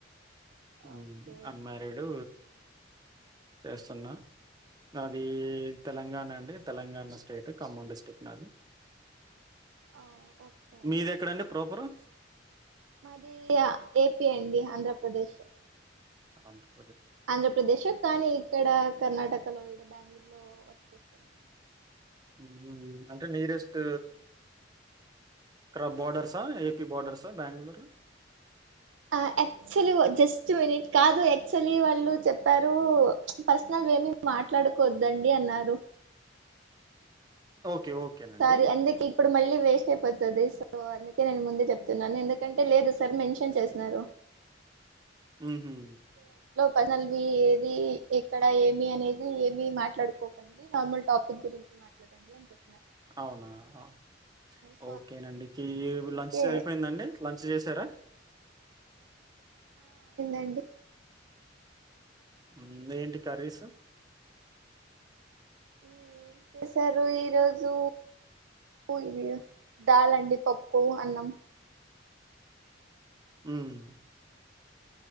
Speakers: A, on the right; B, on the right.
A: మ్మ్
B: ఓకే
A: అన్మరేడు చేస్తున్నా నాది తెలంగాణ అండి తెలంగాణ స్టేట్ ఖమ్మం డిస్ట్రిక్ట్ నాది
B: ఆ, ఓకే అండి
A: మీదెక్కండి ప్రొపరు?
B: మాది ఆ ఏపి అండి ఆంధ్రప్రదేశ్
A: అవున
B: ఆంధ్రప్రదేశ్ కానీ ఇక్కడ కర్ణాటకలో ఇడ బెంగళూరు. లో వర్క్ చేస్తన్నాన్
A: మ్ అంటే నీరెస్ట్ ఇక్కడ బార్డర్సా ఏపి బార్డర్సా బెంగళూరు
B: ఆ యాక్చులీగు జస్ట్ వినిట్ కాదు యాక్చులీ వాళ్ళు చెప్పారు చ్ పర్సనల్ వేమి మాట్లాడుకోద్దండి అన్నారు.
A: ఓకే. ఓకేనండి.
B: సరీ ఏందుక ఇప్పుడు మళ్ళీ వేస్ట్ చెప్పోత్తదిస్ సో అందకే నేను ముందే జేప్తున్నాను ఎందుకంటే లేదు సర్ మెన్షన్ చేసినారు.
A: మ్మ్హు
B: పర్సనల్వీ ఏది, ఎక్కడ ఏమి అనేది ఏమి మాట్లాడుకోకండి. నార్మల్ టాపిక్ గురించి మాట్లాడడానిగేమ్లేవ్
A: అవునా అ
B: సో
A: ఓకేనండి ఏవ్
B: అందుకే
A: లంచ్ అయిపోయిందండి లంచ్ చేసారా?
B: అండి
A: ముందే ఏంటి కర్రీసు?
B: మ్మ్ చేసారు ఈ రోజు? ప్పు ఇది దాలండి పప్పు, అన్నం
A: మ్మ్హ్